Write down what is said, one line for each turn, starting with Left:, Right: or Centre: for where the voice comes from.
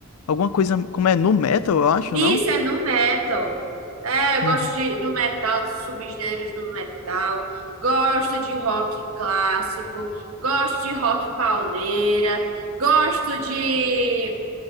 Left: Alguma coisa. Como é? Nu metal, eu acho,
Right: Isso
Left: não?
Right: é no metal. É, eu
Left: Uhum.
Right: gosto de, do metal, dos subgêneros do metal. Gosto de rock clássico. Gosto de rock pauleira. Gosto de.